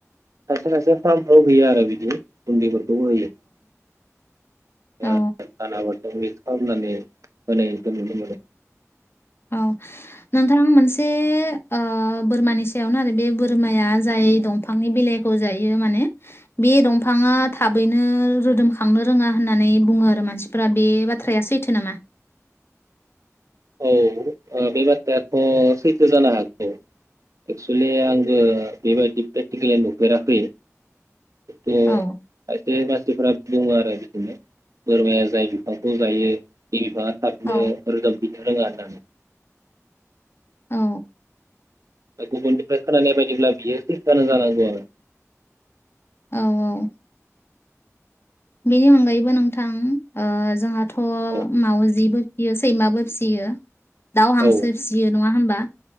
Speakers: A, on the right; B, on the left.
A: सायसे खायसे फार्मफ्राव होयो आरो बिदि। गुन्दैफोरखौ होयो
B: औ
A: ओ दानाफोर बे मिकसखालामनानै होनायखौ नुनो मोनो।
B: औ नोंथां मोनसे ओ बोरमानि सायावनो आरो बे बोरमाया जाय दंफांनि बिलाइखौ जायो माने बे दंफाङा थाबैनो रोदोमखांनो रोङा होननानै बुङो आरो मानसिफोरा, बे बाथ्राया सैथो नामा?
A: औ बे बाथ्रायाथ सैथो जानो हागौ एक्सुुलि आंबो बेबायदि प्रेक्टिकेलि नुफेराखै। एसे
B: औ
A: खायसे खायसेफोरा दङ आरो बिदिनो बोरमाया जाय बिफांखौ जायो बि बिफांआ थाबनो
B: औ
A: रोदोम रोङा होननानै
B: औ।
A: गुबुननिफ्राय खोनानाय बायदिब्ला बियो सैथोआनो जानांगो आरो।
B: औ औ। बेनि अनगायैबो नोंथां ओ जोंहा थ
A: आरो
B: मावजिबो सैमाबो फिसियो दाउ हांसो
A: औ
B: फिसियो नङा होमबा?